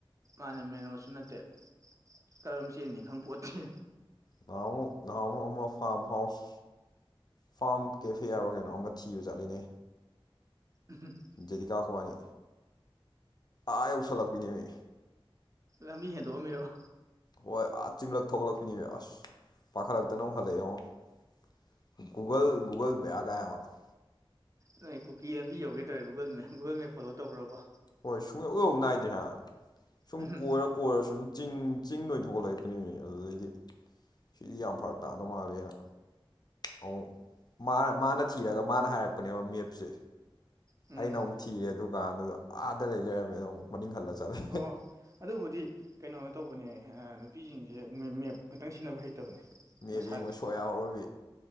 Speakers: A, on the right; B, on the left.
A: ꯃꯥꯅꯦ ꯃꯦꯟ ꯔꯣꯗꯁꯨ ꯅꯠꯇꯦ ꯀꯔꯝ ꯆꯦꯟꯅꯤ ꯈꯪꯄꯣꯠꯇꯦ
B: ꯅꯍꯥꯟꯃꯨꯛ ꯅꯍꯥꯟꯃꯨꯛ ꯑꯃ ꯐꯥꯝ ꯍꯥꯎꯁ ꯐꯥꯝ ꯀꯦꯐꯦ ꯌꯥꯎꯕꯔ ꯀꯩꯅꯣꯝ ꯑꯃ ꯊꯤꯕ ꯆꯠꯂꯤꯅꯦ
A: <inaudible>
B: ꯖꯦꯗꯤꯀꯥ ꯑꯩꯈꫭꯏꯕꯥꯅꯤ ꯑꯥ ꯌꯧꯁꯜꯂꯛꯄꯤꯅꯦꯃꯤ
A: ꯂꯕꯤ ꯍꯦꯟꯗꯣꯛ ꯑꯝꯃꯤꯔꯕ
B: ꯍꯣꯏ ꯑꯥ ꯆꯤꯡꯂꯛ ꯊꯣꯛꯒꯠꯂꯛꯄꯤꯅꯦꯕ ꯑꯁ ꯄꯥꯈꯠꯂꯛꯇꯅ ꯑꯃꯨꯛ ꯍꯜꯂꯛꯑꯦꯉꯣ ꯨ <unintelligible>
A: ꯅꯣꯏ ꯀꯨꯀꯤ ꯂꯝꯕꯤ ꯌꯧꯒꯦ ꯇꯧꯋꯦ Google map Google map follow ꯇꯧꯕ꯭ꯔꯕ
B: ꯍꯣꯏ ꯁꯨꯡꯌꯧ‌ ꯌꯧ ꯅꯥꯏꯗ꯭ꯔꯦ ꯍꯥꯏ ꯁꯨꯝ
A: ꯎꯝ
B: ꯀꯣꯏꯔ ꯀꯣꯔꯔ ꯁꯨꯝ ꯆꯤꯡ ꯆꯤꯡꯗ ꯑꯣꯏꯅ ꯊꯣꯛꯒꯠꯂꯛꯄꯅꯦ ꯑꯗꯨꯗꯩꯗꯤ ꯁꯤꯗꯤ ꯌꯥꯝ ꯐꯔꯛ ꯇꯥꯗꯧ ꯃꯥꯜꯂꯦꯅ ꯑꯃꯨꯛ ꯃꯥ ꯃꯥꯅ ꯊꯤꯔꯒ ꯃꯥꯅ ꯍꯥꯏꯔꯛꯄꯅꯦꯕ ꯃꯦꯞꯁꯦ
A: ꯎꯝ
B: ꯑꯩꯅ ꯑꯃꯨꯛ ꯊꯤꯔꯦ ꯑꯗꯨꯒ ꯀꯥꯟꯗꯨꯗ ꯑꯥꯗ ꯂꯩ ꯂꯩꯔꯝꯃꯦ ꯑꯗꯨ ꯑꯃꯨꯛ ꯃꯅꯤꯡ ꯍꯜꯂ ꯆꯠꯂꯦ
A: ꯑꯣ ꯑꯗꯨꯕꯨꯗꯤ ꯀꯩꯅꯣꯅ ꯇꯧꯕꯅꯦ ꯅꯨꯄꯤꯖꯤꯡꯖꯦ ꯃꯦꯞ ꯈꯇꯪ ꯁꯤꯟꯅꯕ ꯍꯩꯇꯕꯅꯦ
B: ꯃꯦꯞ
A: ꯃꯁꯥꯒꯤ
B: ꯌꯦꯡꯕ ꯁꫭꯌꯥꯎꯔꯕꯤ